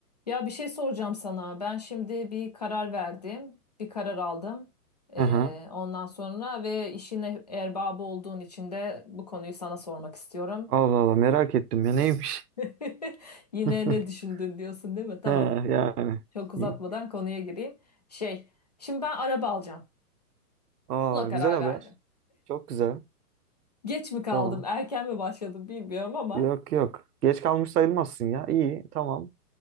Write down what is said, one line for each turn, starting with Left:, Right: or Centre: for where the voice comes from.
Left: Ya bir şey soracağım sana. Ben şimdi bir karar verdim, bir karar aldım. Ee,
Right: Aha.
Left: ondan sonra ve işin erbabı olduğun için de bu konuyu sana sormak istiyorum.
Right: Allah Allah merak ettim ya neymiş?
Left: <laughs> Yine
Right: <laughs>
Left: ne düşündün diyorsun değil mi? Tamam.
Right: He, yani.
Left: Çok uzatmadan
Right: İyi.
Left: konuya gireyim. Şey, şimdi ben araba alacağım.
Right: Aa
Left: Buna karar
Right: güzel haber.
Left: verdim.
Right: Çok güzel.
Left: Geç mi kaldım,
Right: Tamam.
Left: erken mi başladım bilmiyorum ama
Right: Yok yok. Geç kalmış sayılmazsın ya. İyi tamam.